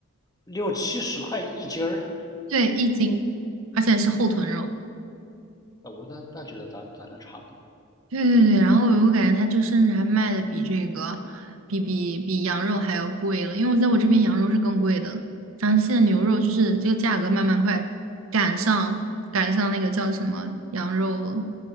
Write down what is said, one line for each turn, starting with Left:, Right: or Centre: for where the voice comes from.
Left: 六七十块一斤儿
Right: 对，一斤，而且是后臀肉。
Left: 啊！我那那觉得咱咱俩差不多。
Right: 对对对，然后我感觉它就甚至还卖的比这个，比比比羊肉还要贵了，因为我在我这边羊肉是更贵的，然后现在牛肉就是这个价格慢慢快赶上赶上那个叫什么羊肉了。